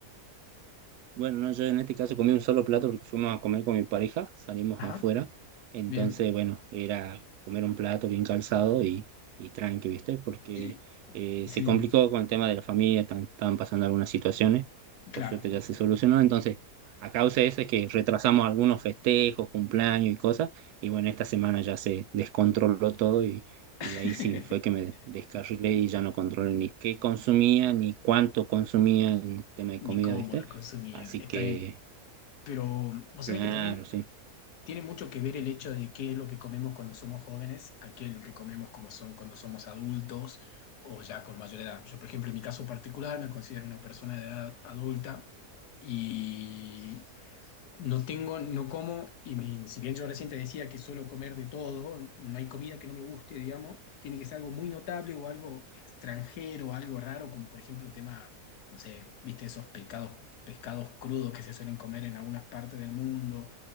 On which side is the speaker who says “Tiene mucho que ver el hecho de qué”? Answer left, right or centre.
Left